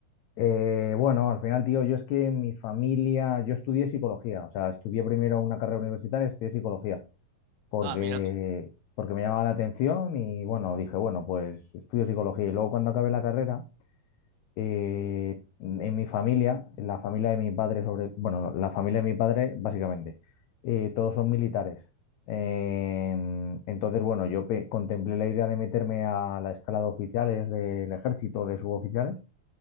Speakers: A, on the left; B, on the right.
A: Eh, bueno, al final, tío, yo es que mi familia, yo estudié psicología, o sea, estudié primero una carrera universitaria, estudié psicología, porque,
B: Ah, mira tú.
A: porque me llamaba la atención y bueno, dije, bueno, pues estudio psicología y luego cuando acabé la carrera, eh, en mi familia, en la familia de mis padres, sobre, bueno, no, la familia de mis padres básicamente, eh, todos son militares. Em, entonces, bueno, yo pe- contemplé la idea de meterme a la escala de oficiales del ejército, de suboficiales,